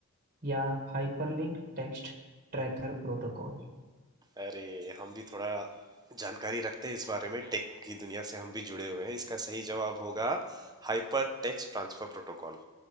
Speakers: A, on the right; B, on the right.
A: या हाइपरलिंक टेक्स्ट ट्रैकर प्रोटोकॉल
B: अरे हम भी थोड़ा जानकारी रखते हैं इस बारे में टेक की दुनिया से हम भी जुड़े हुए हैं इसका सही जवाब होगा hypertext transfer protocol